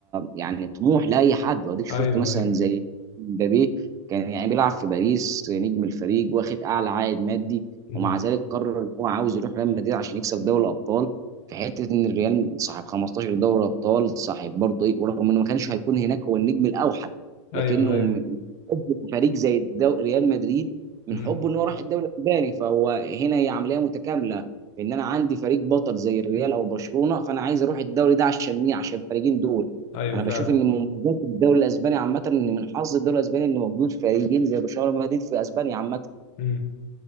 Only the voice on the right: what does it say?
يعني طموح لاي حد واديك شفت
مثلا
زي مبابي كان يعني بيلعب في باريس نجم الفريق واخد اعلى عائد مادي
ومع ذلك قرر ان هو عاوز يروح ريال مدريد عشان يكسب دوري الابطال في حته ان الريال صاحب 15 دوري ابطال صاحب برضه ايه ورغم انه ما كانش هيكون هناك هو النجم الاوحد لكنه
من حبه في فريق زي الدو... ريال مدريد من
حبه ان هو راح الدوري الاسباني فهو هنا هي عمليه متكامله ان انا عندي فريق بطل زي الريال او برشلونه فانا عايز اروح الدوري ده عشان مين عشان الفريقين دول
انا
بشوف ان من مميزات الدوري الاسباني عامه ان من حظ الدوري الاسباني ان موجود فريقين زي برشلونه ومدريد في اسبانيا عامه